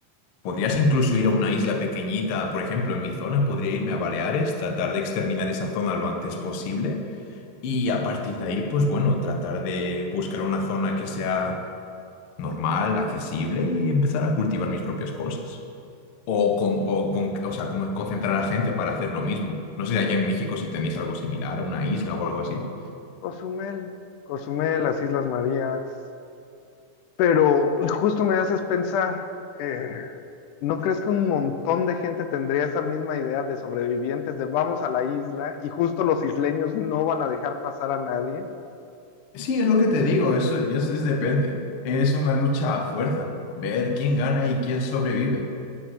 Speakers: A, on the left; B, on the left.
A: Podrías incluso ir a una isla pequeñita, por ejemplo, en mi zona, podría irme a Baleares, tratar de exterminar esa zona lo antes posible y a partir de ahí, pues bueno, tratar de buscar una zona que sea normal, accesible y empezar a cultivar mis propias cosas. O, con, o, con- o sea, como concentrar a la gente para hacer lo mismo. No sé, allá en México si tenéis algo similar, una isla o algo así.
B: Cozumel, Cozumel, las Islas Marías. Pero justo me haces pensar, eh, ¿no crees que un montón de gente tendría esa misma idea de sobrevivientes de vamos a la isla y justo los isleños no van a dejar pasar a nadie?
A: Sí, es lo que te digo, eso, eso es, depende. Es una lucha a fuerza, ver quién gana y quién sobrevive.